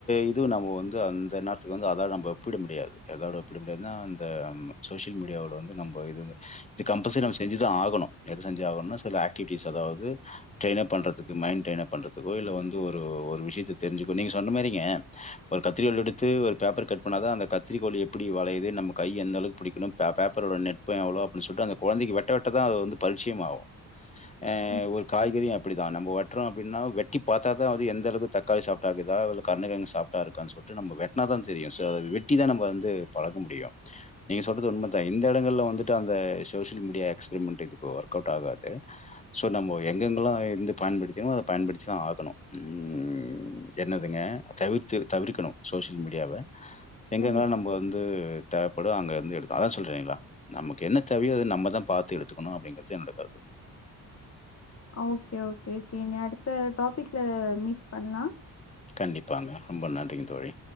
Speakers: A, on the left; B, on the left.
A: இது நம்ம வந்து அந்த நேரத்துக்கு வந்து அத நம்ம ஒப்பிட முடியாது எதோட ஒப்பிட முடியாதுன்னா அந்த ஆமா சோசியல் மீடியாவோட வந்து நம்ம இது வந்து இது கம்பல்சரி நம்ம செஞ்சி ஆகணு எது செஞ்சி ஆகணும்னா சில ஆக்டிவிட்டிஸ் அதாது ட்ரெயினப் பண்றதுக்கு மைண்ட் ட்ரெய்ன் அப் பண்றதுக்கோ இல்ல வந்து ஒரு விஷயத்த தெரிஞ்சுக்கோ நீங்க சொன்ன மாரிங்க ஒரு கத்திரிக்கோல் எடுத்து ஒரு பேப்பர் கட் பண்ணாத அந்த கத்திரிக்கோல் எப்டி வளையுது நம்ம கை எந்த அளவுக் புடிக்கணும் பேப் பேப்பரோட நெட் பே எவ்ளோ அந்த கொழந்தைக்கு வெட்ட வெட்ட தா பரீட்சையம் ஆகு ஆ
B: கண்டிப்பா
A: ஒருக் காய்கறியு அப்டி தா நம்போ வெட்டிறோ அப்டின்னா வெட்டி பாத்தா அது எந்தளவுக்கு தக்காளி சாஃப்டாக்குதா இல்ல கர்ணகெழங்கு சாஃப் ப்டா இருக்கான்னு சொல்லிட்டு நம்ம வெட்னாதா தெரியு சோ அத வெட்டிதா நம்ம வந்து பழக முடியு நீங்க சொல்றது உண்ம தா இந்த எடங்கள்ல வந்துட்டு அந்த சோஷியல் மீடியா எக்ஸ்பெரிமெண்ட் இதுக்கு ஒர்க் அவுட் ஆகாது சோ நம்ம எங்கெங்கல்லா இருந்து பயன்படுத்திமோ அத பயன்படுத்திதா ம் என்னதுங்க தவிர்த்து தவிர்க்கணு சோசியல் மீடியாவ எங்கெல்லா
B: கண்டிப்பா
A: நம்ம வந்து தேவைப்படு அங்க வந்து எடுக்க அதா சொல்றே இல்லைங்ளா நமக்கு என்ன தேவையோ அது நம்மதா பாத்து எடுத்துகனு அப்டிங்கிறது என்னோட கருத்து
B: ஓகே ஓகே கேமி அடுத்த டாப்பிக்ல மீட் பண்ணலா
A: கண்டிப்பாங்க ரொம்ப நன்றிங்க தோழி